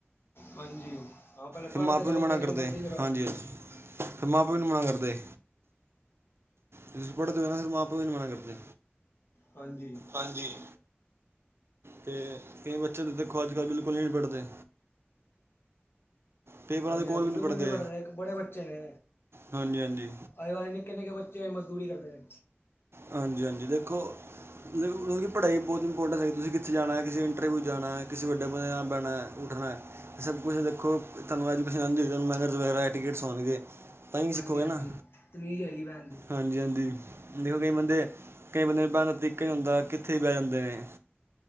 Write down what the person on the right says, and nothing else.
ਫਿਰ ਮਾਂ
ਪਿਓ
ਨੂੰ ਮਨਾ
ਕਰਦੇ
ਹਾਂਜੀ ਫਿਰ ਮਾਂ ਪਿਓ ਵੀ ਨਹੀ ਮਨਾ ਕਰਦੇ ਤੁਸੀ ਪੜ੍ਹ ਦੇ ਓ ਨਾ ਫੇਰ ਮਾਂ ਪਓ ਵੀ ਨਹੀਂ ਮਨਾ ਕਰਦੇ
ਹਾਂਜੀ। ਤੇ ਕਈ ਬੱਚੇ ਤਾਂ ਦੇਖੋ ਅੱਜ ਕੱਲ ਬਿਲਕੁਲ ਵੀ ਨਹੀਂ ਪੜ੍ਹਦੇ ਪੇਪਰਾਂ
ਦੇ ਕੋਲ ਵੀ
ਪੜ੍ਹਦੇ
ਹਾਂਜੀ ਹਾਂਜੀ
ਹਾਂਜੀ ਹਾਂਜੀ ਦੇਖੋ ਮੇਰਾ ਮਤਲਬ ਕਿ ਪੜ੍ਹਾਈ ਬਹੁਤ ਇੰਪੋਰਟੈਂਟ ਹੈ ਤੁਸੀਂ ਕਿੱਥੇ ਜਾਣਾ ਕਿਸੇ ਇੰਟਰਵਿਊ ਜਾਣਾ ਕਿਸੇ ਵੱਡੇ ਬੰਦੇ ਨਾਲ ਬਹਿਣਾ ਉੱਠਣਾ ਹੈ ਸਭ ਕੁਛ ਦੇਖੋ ਤੁਹਾਨੂੰ ਅੱਜ ਪਹਿਚਾਨ ਮੈਨਰਸ ਵਗੈਰਾ ਐਟਿਕੇਟਸ ਹੋਣਗੇ ਤਾਂ ਹੀ ਸਿੱਖੋਗੇ
ਨਾ,
ਹਾਂਜੀ-ਹਾਂਦੀ। ਦੇਖੋ ਕਈ ਬੰਦੇ, ਕਈ ਬੰਦੇ ਨੂੰ ਪੈਣ ਦਾ ਤਰੀਕਾ ਨੀ ਹੁੰਦਾ, ਕਿੱਥੇ ਬੈ ਜਾਂਦੇ ਨੇ।